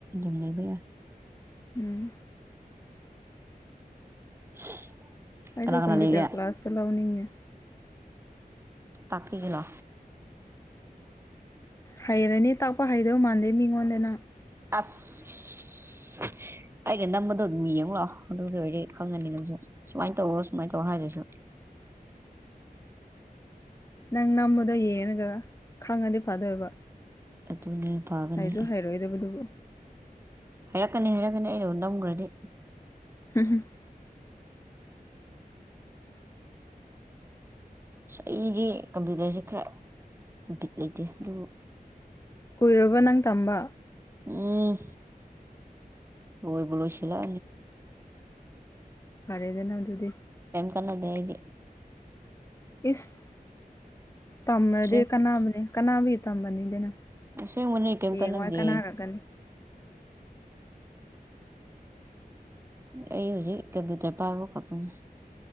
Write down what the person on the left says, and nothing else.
ꯎꯝ
ꯑꯩꯁꯨ
ꯀꯝꯄ꯭ꯨꯇꯔ
ꯀ꯭ꯂꯥꯁ ꯆ ꯂꯧꯥꯎꯅꯤꯡꯉꯦ
ꯍꯩꯔꯅꯤ ꯇꯥꯛꯄ ꯍꯩꯗꯕ ꯃꯥꯟꯗꯦ ꯃꯤꯉꯣꯟꯗꯅ
<inaudible> ꯅꯪ ꯅꯝꯕꯗꯣ ꯌꯦꯡꯉꯒ ꯈꯪꯉꯗꯤ ꯐꯥꯗꯣꯏꯕ
ꯍꯥꯏꯁꯨ
ꯍꯥꯏꯔꯣꯏꯗꯕꯗꯨꯕꯨ
ꯍꯝ ꯍꯝ
ꯀꯨꯏꯔꯕ ꯅꯪ ꯇꯝꯕ
ꯐꯔꯦꯗꯅ ꯑꯗꯨꯗꯤ
ꯏꯁ ꯇꯃꯗ
ꯀꯅꯥꯕꯅꯦ ꯀꯅꯥꯕꯤ ꯇꯃꯅꯤꯗꯅ
ꯍꯡꯉꯣ
ꯍ ꯀꯅꯥꯔꯛꯀꯅꯤ